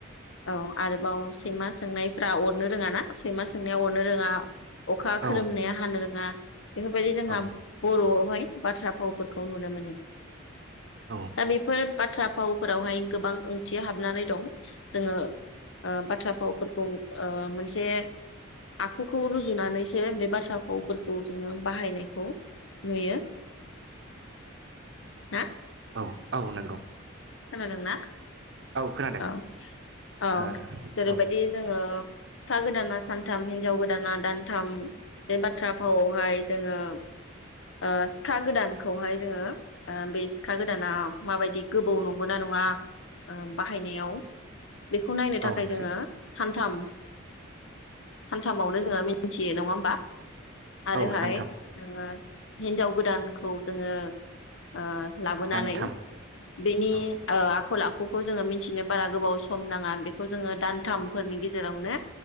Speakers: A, on the left; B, on the right.
A: औ आरोबाव सैमा सोंनायफ्रा अरनो रोङा ना सैमा सोंनाया अरनो रोङा। अखा
B: औ
A: खोरोमनाया हानो रोङा। बेफोरबायदि जोंहा
B: औ
A: बर' ह'आय बाथ्रा फावफोरखौ नुनो मोनो।
B: औ
A: दा बेफोर बाथ्रा फावफोरावहाय गोबां ओंथि हाबनानै दं जोङो ओ बाथ्रा फावफोरखौ ओ मोनसे आखुखौ रुजुनानैसो बे बाथ्रा फावफोरखौ जोङो बाहायनायखौ नुयो। हा
B: औ औ नोंगौ।
A: खोनादोंना
B: खोनादों
A: औ औ
B: ओ
A: जेरैबायदि
B: औ
A: जोङो सिखा गोदाना सानथाम हिनजाव गोदाना दानथाम बे बाथ्रा फावआवहाय जोङो ओ सिखा गोदानखौहाय जोङो ओ बे सिखा गोदाना माबायदि गोबौ नंगौ ना नङा ओ बाहायनायाव बेखौ नायनो थाखाय
B: औ
A: जोङो
B: सैथो
A: सान थाम सानथामावनो जोङो मिन्थियो नङा होमबा। आरोहाय
B: औ सानथाम
A: नोङो हिनजाव गोदानखौ जोङो ओ लाबोनानै
B: दानथाम
A: बेनि
B: औ
A: ओ आखल आखुखौ जोङो मिन्थिनो बारा गोबाव सम नाङा बेखौ जोङो दानथामफोरनि गेजेरावनो